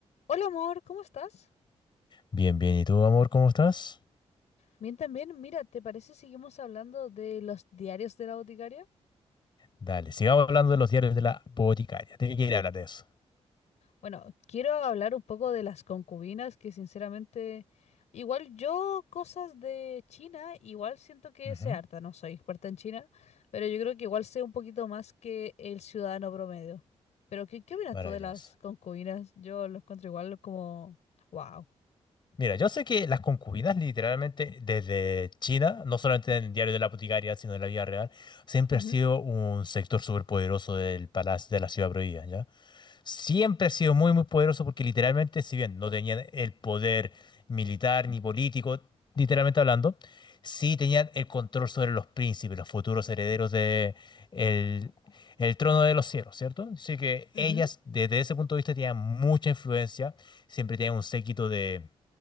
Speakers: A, on the left (about 85°); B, on the left (about 45°).
A: Hola amor, ¿cómo estás?
B: Bien, bien. ¿Y tú, amor, cómo estás?
A: Bien también, mira, ¿te parece seguimos hablando de los diarios de la boticaria?
B: Dale, sigamos hablando de los diarios de la boticaria. Tenía que ir a hablar de eso.
A: Bueno, quiero hablar un poco de las concubinas, que sinceramente, igual yo cosas de China, igual siento que
B: Ujú.
A: sé harta, no soy experta en China, pero yo creo que igual sé un poquito más que el ciudadano promedio. Pero ¿qué, qué opinas
B: Maravilloso.
A: tú de las concubinas? Yo lo encuentro igual como, wow.
B: Mira, yo sé que las concubinas, literalmente, desde China, no solamente en el diario de la boticaria, sino en la vida real, siempre
A: Ujú,
B: ha sido un sector superpoderoso del palacio de la ciudad prohibida, ¿ya? siempre ha sido muy, muy poderoso porque literalmente, si bien no tenían el poder militar ni político, literalmente hablando, sí tenían el control sobre los príncipes, los futuros herederos de el, el trono de los cielos, ¿cierto? Así que
A: ujú.
B: ellas, desde ese punto de vista, tenían mucha influencia, siempre tenían un séquito de,